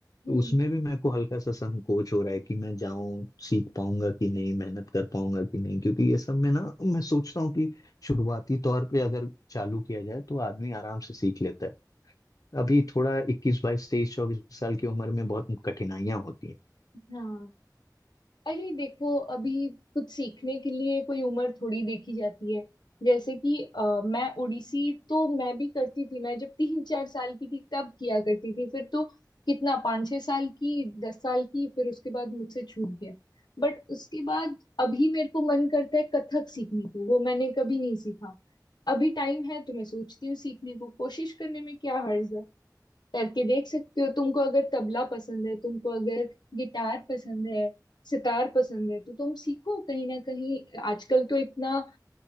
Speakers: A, on the left; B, on the left.
A: हम्म
B: तो उसमें भी मेरे को हल्का सा संकोच हो रहा है कि मैं जाऊं सीख पाऊंगा कि नहीं मेहनत कर पाऊंगा कि नहीं क्योंकि ये सब में ना मैं सोचता हूँ शुरुआती तौर पे अगर चालू किया जाए तो आदमी आराम से सीख लेता है अभी थोड़ा इक्कीस बाईस तेईस चौबीस साल की उम्र में बहुत कठिनाइयां होती हैं
A: हाँ अरे देखो अभी कुछ सीखने के लिए कोई उम्र थोड़ी देखी जाती है जैसे कि अ, मैं ओडिसी तो मैं भी करती थी मैं जब तीन चार साल की थी तब किया करती थी फिर तो कितना पाँच छह साल की दस साल की फिर उसके बाद मुझसे छूट गया बट उसके बाद अभी मेरे को मन करता है कथक सीखने को वो मैंने कभी नहीं सीखा अभी टाइम है तो मैं सोचती हूँ सीखने को कोशिश करने में क्या हर्ज है करके देख सकते हो तुमको अगर तबला पसंद है तुमको अगर गिटार पसंद है सितार पसंद है तो तुम सीखो कहीं ना कहीं आजकल तो इतना